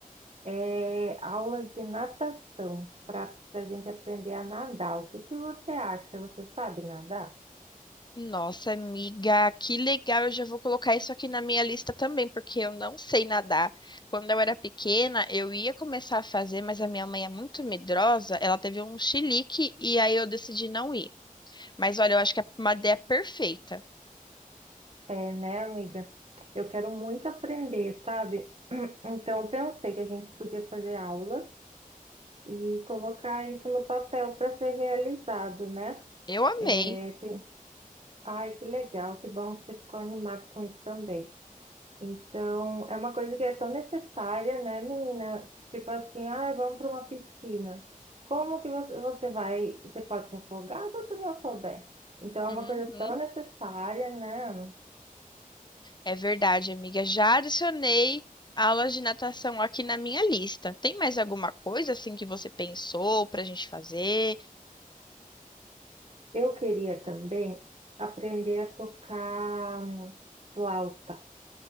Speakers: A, on the right; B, on the left.
A: é aulas de natação, para a gente aprender a nadar. O que que você acha? Você sabe nadar?
B: Nossa, amiga, que legal! Eu já vou colocar isso aqui na minha lista também, porque eu não sei nadar. Quando eu era pequena, eu ia começar a fazer, mas a minha mãe é muito medrosa, ela teve um chilique e aí eu decidi não ir. Mas olha, eu acho que é uma ideia perfeita.
A: É, né, amiga? Eu quero muito aprender, sabe? <clears throat> Então, eu pensei que a gente podia fazer aula e colocar isso no papel para ser realizado, né?
B: Eu amei.
A: É, tem... Ai, que legal, que bom que você ficou animado com isso também. Então, é uma coisa que é tão necessária, né, menina? Tipo assim, ah, vamos para uma piscina. Como que você, você vai? Você pode se afogar se você não souber. Então, é
B: Uhum.
A: uma coisa tão necessária, né?
B: É verdade, amiga. Já adicionei aulas de natação aqui na minha lista. Tem mais alguma coisa assim que você pensou pra gente fazer?
A: Eu queria também aprender a tocar hum, flauta.